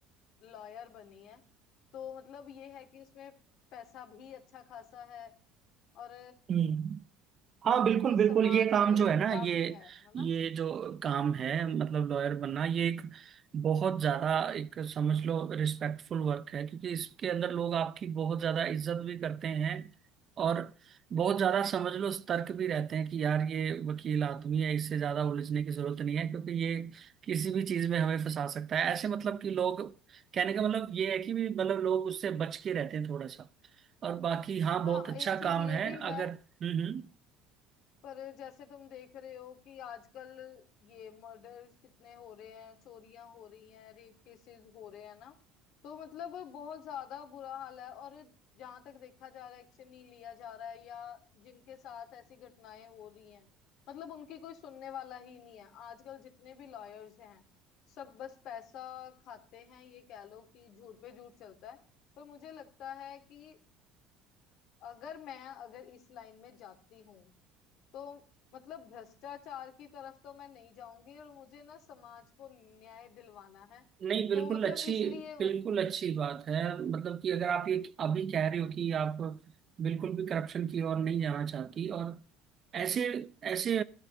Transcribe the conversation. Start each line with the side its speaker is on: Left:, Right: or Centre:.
Left: लॉयर बनी है तो मतलब ये है कि उसमें पैसा भी अच्छा खासा है और
Right: हम्म हाँ बिल्कुल
Left: एक
Right: बिल्कुल
Left: समाज
Right: ये काम
Left: में
Right: जो
Left: रुतबा
Right: है ना ये
Left: भी है है ना
Right: ये जो काम है मतलब लॉयर बनना ये एक बहुत ज्यादा एक समझ लो रिस्पेक्टफुल वर्क है क्योंकि इसके अंदर लोग आपकी बहुत ज्यादा इज्जत भी करते हैं और बहुत ज्यादा समझ लो सतर्क भी रहते हैं कि यार ये वकील आदमी है इससे ज्यादा उलझने की जरूरत नहीं है क्योंकि ये किसी भी चीज में हमें फंसा सकता है ऐसे मतलब कि लोग कहने का मतलब ये है कि भी मतलब लोग उससे बच के रहते हैं थोड़ा सा और बाकी हाँ बहुत
Left: हाँ
Right: अच्छा
Left: एक चीज
Right: काम
Left: ये
Right: है
Left: भी है
Right: अगर हम्म हम्म
Left: पर जैसे तुम देख रहे हो कि आजकल ये मर्डर्स कितने हो रहे हैं चोरियां हो रही हैं रेप केसेस हो रहे हैं ना तो मतलब बहुत ज्यादा बुरा हाल है और जहां तक देखा जा रहा है एक्शन नहीं लिया जा रहा है या जिनके साथ ऐसी घटनाएं हो रही हैं मतलब उनकी कोई सुनने वाला ही नहीं है आजकल जितने भी लॉयर्स हैं सब बस पैसा खाते हैं ये कह लो कि झूठ पे झूठ चलता है पर मुझे लगता है कि अगर मैं अगर इस लाइन में जाती हूँ तो मतलब भ्रष्टाचार की तरफ तो मैं नहीं जाऊंगी और मुझे ना समाज को न्याय दिलवाना है
Right: नहीं बिल्कुल
Left: तो मतलब
Right: अच्छी
Left: इसलिए
Right: बिल्कुल
Left: मतलब
Right: अच्छी बात है मतलब कि अगर आप ये अभी कह रहे हो कि आप बिल्कुल भी करप्शन की ओर नहीं जाना चाहती और ऐसे ऐसे